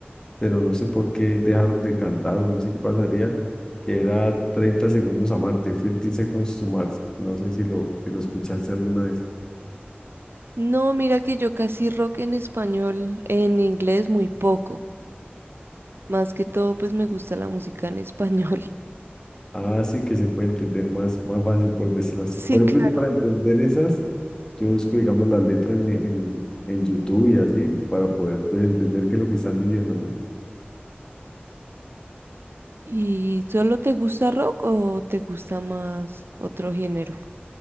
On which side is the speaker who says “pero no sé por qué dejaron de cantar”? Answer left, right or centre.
Left